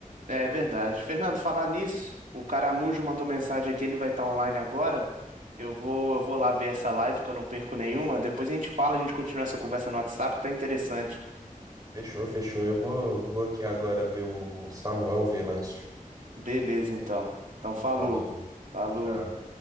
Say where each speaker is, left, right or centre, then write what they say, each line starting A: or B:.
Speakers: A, on the right (about 65°); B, on the right (about 30°).
A: É verdade. Fernando, falar nisso, o Caramujo mandou mensagem aqui, ele vai estar online agora. Eu vou, eu vou lá ver essa live que eu não perco nenhuma. Depois a gente fala, a gente continua essa conversa no WhatsApp que tá interessante.
B: Fechou, fechou. Eu vou, vou aqui agora ver o Samuel Venâncio.
A: Beleza, então. Então, falou.
B: Falou,
A: Falou.
B: tchau.